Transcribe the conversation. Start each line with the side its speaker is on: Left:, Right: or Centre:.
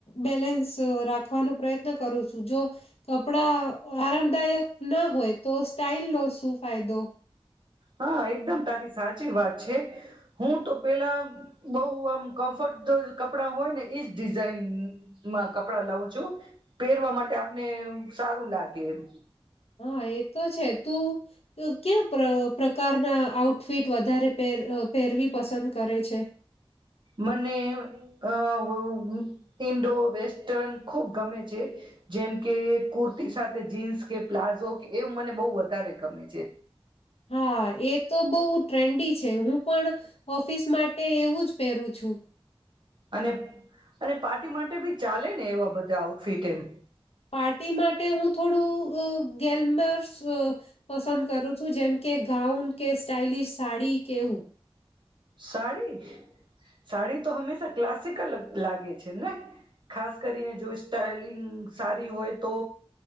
Left: બેલેન્સ રાખવાનો પ્રયત્ન કરું છું. જો કપડા આરામદાયક ના હોય તો સ્ટાઈલનો શું ફાયદો
Right: હા એકદમ તારી સાચી વાત છે. હું તો પેલા બહ આમ કમ્ફર્ટેબલ કપડાં હોય ને એજ ડિઝાઇનમાં કપડા લઉં છું. પહેરવા માટે આપને સારું લાગે એમ.
Left: હા એ તો છે તું ક્યાં પ્ર પ્રકારના આઉટફિટ વધારે પહેર પહેરવી પસંદ કરે છે?
Right: મને અ વ અ ઇન્ડો વેસ્ટર્ન ખુબ ગમે છે. જેમ કે કુર્તી સાથે જીન્સ કે પ્લાઝો કે એવું મને બહુ વધારે ગમે છે.
Left: હા એ તો બહુ ટ્રેન્ડી છ છે હું પણ ઓફિસ માટે એવું જ પેરું છું.
Right: અને અને પાર્ટી માટે બી ચાલે ને એવા બધા આઉટફિટ એમ
Left: પાર્ટી માટે હું થોડું હુ ગેમર્સ પસંદ કરું છું. જેમ કે ગાઉન કે સ્ટાઈલિશ સાડી એવું
Right: સાડી, સાડી તો હંમેશા ક્લાસિકલ જ લાગે છે ને. ખાસ કરીને જો સ્ટાઈલિંગ સાડી હોય તો